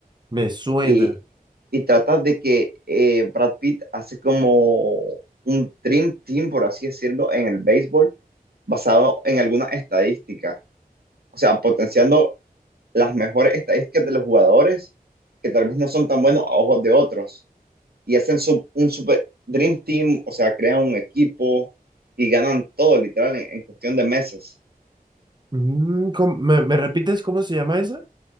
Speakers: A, on the right; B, on the right.
A: Me suena.
B: Y, y trata de que eh, Brad Pitt hace como un dream team, por así decirlo, en el béisbol, basado en algunas estadísticas. O sea, potenciando las mejores estadísticas de los jugadores, que tal vez no son tan buenos a ojos de otros. Y hacen su- un super dream team, o sea, crean un equipo y ganan todo, literal, en, en cuestión de meses.
A: Mm, ¿cómo- me, me repites cómo se llama esa?